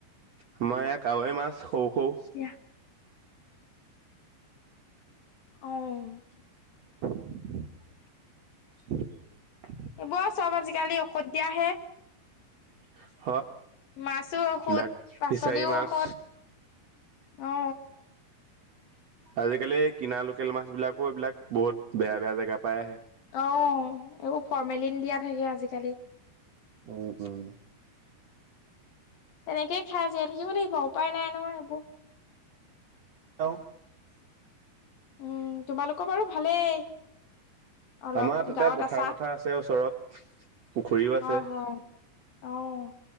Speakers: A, on the right; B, on the left.
A: আমাৰ এয়া কাৱৈ মাছ সৰু - সৰু।
B: দিয়া অ'
A: <inaudible>
B: এইবোৰ আৰু চব আজিকালি ঔষধ দিয়াহে।
A: <inaudible>
B: মাছো ঔষধ,
A: এইবিলাক
B: পাচলিও
A: ফিচাৰী মাছ
B: ঔষধ, অ।
A: আজিকালি কিনা লোকেল মাছ বিলাকো এইবিলাক বহুত বেয়া- বেয়া জেগা পাই আহে।
B: অঁ এইবোৰ ফৰ্মেলিন দিয়া থাকে আজিকালি।
A: উম উম
B: তেনেকে খাই জীয়াই থাকিব লাগিব উপায় নাই নহয় এইবোৰ।
A: <inaudible>
B: উম, তোমালোকৰ বাৰু ভালেই। অলপ
A: আমাৰ তাতে
B: গাঁৱত
A: পথাৰ
B: আছা
A: চথাৰ আছে ওচৰত, পুখুৰীও আছে।
B: হয় হয় অ'